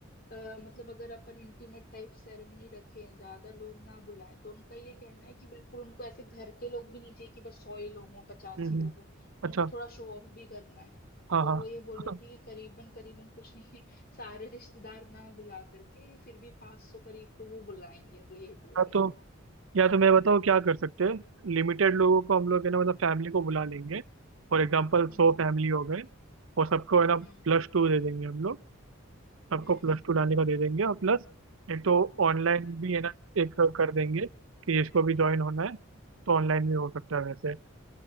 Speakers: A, on the left; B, on the right.
A: अ, मतलब अगर अपन इंटीमेट टाइप सेरेमनी रखें ज्यादा लोग ना बुलाएं तो उनका ये कहना है कि बिल्कुल उनको ऐसे घर के लोग भी नहीं चाहिए कि बस सौ ही लोग हों पचास
B: हम्म
A: ही लोग हों
B: अच्छा
A: उनको थोड़ा शो ऑफ भी करना है
B: हाँ
A: तो
B: हाँ
A: वो ये बोल रहे
B: <laughs>
A: थे कि करीबन करीबन कुछ नहीं <laughs> सारे रिश्तेदार ना बुला करके फिर भी पांच सौ करीब तो वो बुलाएंगे वो ये बोल
B: हाँ
A: रहे
B: तो
A: थे
B: या तो मैं बताऊँ क्या कर सकते हैं लिमिटेड लोगों को हम लोग है ना मतलब फैमिली को बुला लेंगे फॉर एग्जांपल
A: हम्म
B: सौ फैमिली हो गए और सबको है ना
A: हम्म
B: प्लस टू दे देंगे हम लोग सबको
A: हम्म
B: प्लस
A: हम्म
B: टू डालने का दे देंगे और प्लस एक तो ऑनलाइन भी है ना एक कर देंगे कि जिसको भी ज्वाइन होना है तो ऑनलाइन भी हो सकता है वैसे